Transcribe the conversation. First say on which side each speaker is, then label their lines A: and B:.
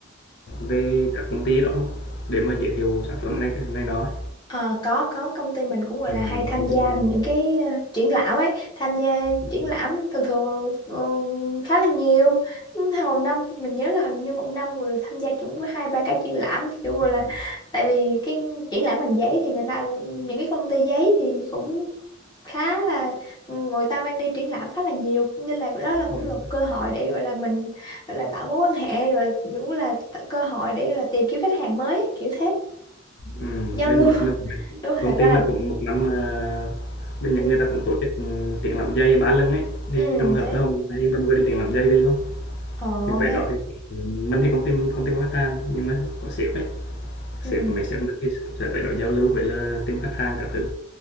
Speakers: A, on the left; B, on the left.
A: về các công ty đó không để mà giới thiệu sản phẩm này này đó
B: Ờ, có có công ty mình cũng gọi
A: à,
B: là hay tham
A: công
B: gia
A: ty mình
B: những cái ờ, triển lãm ấy tham gia
A: ừ,
B: triển lãm thường thường ờ, ờ, khá là nhiều Nhưng hầu năm mình nhớ là hình như một năm người tham gia cũng có hai ba cái triển lãm kiểu gọi
A: ừ,
B: là tại vì cái triển lãm ngành giấy thì người ta cũng- những cái công ty giấy thì cũng khá là ừ, người ta mang đi triển lãm khá là nhiều nên là đó là cũng
A: ừ,
B: là một cơ hội để gọi là mình gọi là tạo mối quan hệ gọi là cũng là cơ hội để gọi là tìm kiếm khách hàng mới ấy, kiểu thế
A: ừ.
B: giao
A: bên
B: lưu
A: Nhật
B: <laughs>
A: mình cũng vậy.
B: đúng rồi,
A: công
B: thật ra
A: ty
B: là
A: mình cũng một năm à, bên
B: ừ
A: Nhật người ta cũng tổ chức ừ, triển lãm dây ba lưng ấy thì
B: ừ
A: trong hợp
B: thế
A: tới hôm nay mình vừa đi triển lãm dây về luôn
B: ờ
A: thì tới
B: thế
A: đó
B: à?
A: thì ừ, mình thì không tìm không tìm khách hàng nhưng mà có sếp ấy Sếp
B: ừ
A: mấy sếp mình thì sẽ phải đó giao lưu với là team khách hàng các thứ.